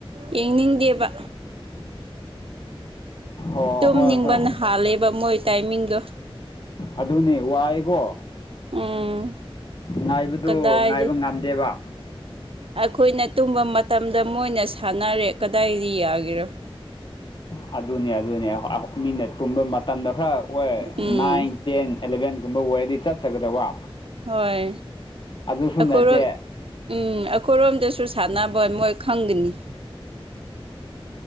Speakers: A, on the right; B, on the left.
A: ꯌꯦꯡꯅꯤꯡꯗꯦꯕ
B: ꯑꯣ
A: ꯇꯨꯝꯅꯤꯡꯕꯅ
B: ꯍꯣꯏ ꯍꯣꯏ
A: ꯍꯥꯜꯂꯦꯕ ꯃꯣꯏ ꯇꯥꯏꯃꯤꯡꯗꯣ
B: ꯑꯗꯨꯅꯤ ꯋꯥꯏꯀꯣ
A: ꯎꯝ
B: ꯉꯥꯏꯕꯗꯣ
A: ꯀꯗꯥꯏꯗꯩ
B: ꯉꯥꯏꯕ ꯉꯝꯗꯦꯕ
A: ꯑꯩꯈꯣꯏꯅ ꯇꯨꯝꯕ ꯃꯇꯝꯗ ꯃꯣꯏꯅ ꯁꯥꯟꯅꯔꯦ ꯀꯗꯥꯏꯗꯒꯤ ꯌꯥꯒꯦꯔꯥ
B: ꯑꯗꯨꯅꯤ ꯑꯗꯨꯅꯤ ꯃꯤꯅ ꯇꯨꯝꯕ ꯃꯇꯝꯗ ꯈꯔ ꯑꯣꯏ
A: ꯎꯝ
B: ꯅꯥꯏꯟ ꯇꯦꯟ ꯑꯦꯂꯕꯦꯟꯒꯨꯝꯕ ꯑꯣꯏꯔꯗꯤ ꯆꯠꯆꯒꯗꯕ꯫
A: ꯍꯣꯏ
B: ꯑꯗꯨꯁꯨ
A: ꯑꯩꯈꯣꯏꯔꯣꯝ
B: ꯅꯠꯇꯦ
A: ꯎꯝ ꯑꯩꯈꯣꯏꯔꯣꯝꯗꯁꯨ ꯁꯥꯟꯅꯕ ꯃꯣꯏ ꯈꯪꯒꯅꯤ